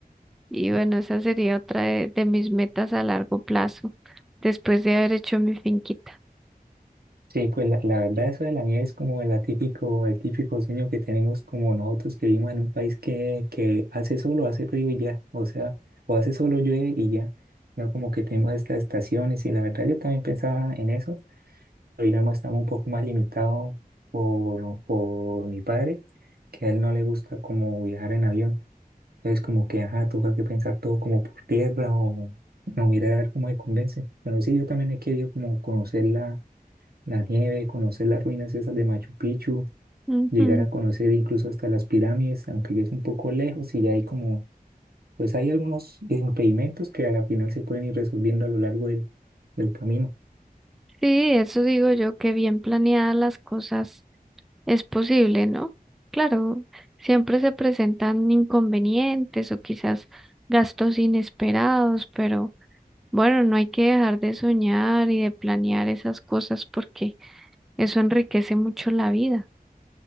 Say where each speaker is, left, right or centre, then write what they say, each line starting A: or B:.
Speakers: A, in the centre; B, on the right.
A: Y bueno, esa sería otra de, de mis metas a largo plazo, después de haber hecho mi finquita.
B: Sí, pues la, la verdad eso de la nieve es como el atípico, el típico sueño que tenemos como nosotros que vivimos en un país que, que hace solo, hace frío y ya, o sea, o hace solo llueve y ya, no como que tenemos estas estaciones y la verdad yo también pensaba en eso, pero digamos estamos un poco más limitados por, por mi padre, que a él no le gusta como viajar en avión, entonces como que, ajá, toca que pensar todo como por tierra o no mirar a ver cómo me convence, pero sí, yo también he querido como conocerla la nieve, conocer las ruinas esas de Machu Picchu,
A: Ujú.
B: llegar a conocer incluso hasta las pirámides, aunque ya es un poco lejos y ya hay como, pues hay algunos impedimentos que a la final se pueden ir resolviendo a lo largo del, del camino.
A: Sí, eso digo yo, que bien planeadas las cosas es posible, ¿no? Claro, siempre se presentan inconvenientes o quizás gastos inesperados, pero bueno, no hay que dejar de soñar y de planear esas cosas porque eso enriquece mucho la vida.